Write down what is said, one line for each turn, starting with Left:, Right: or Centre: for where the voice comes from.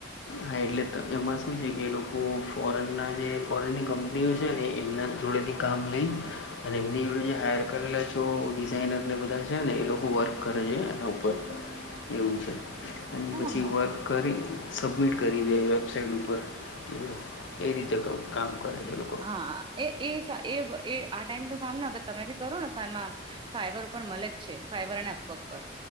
Left: હા, એટલે ત એમાં સુ છે કે એ લોકો ફોરનના જે, ફોરેનની કંપનીઓ છે ને એમના જોડેથી કામ લઈ અને એમની જોડે જે હાયર કરેલા જો ડિઝાઇનરને બધા છે ને એ લોકો વર્ક કરે છે એના ઉપર.
Right: હમ
Left: એવું છે, અને
Right: હા
Left: પછી
Right: હા
Left: વર્ક કરી સબમિટ કરી દે વેબસાઇટ ઉપર, તો એ રીતે કામ કરે છે લોકો.
Right: હા હા એ, એ સા, એ વ એ, આ ટાઈમનું કામ ન અગર, તમે બી કરો ને તો એમાંમ ફાઈવર ઉપર મલે જ છે. ફાઈવર અને અપવર્ક પર.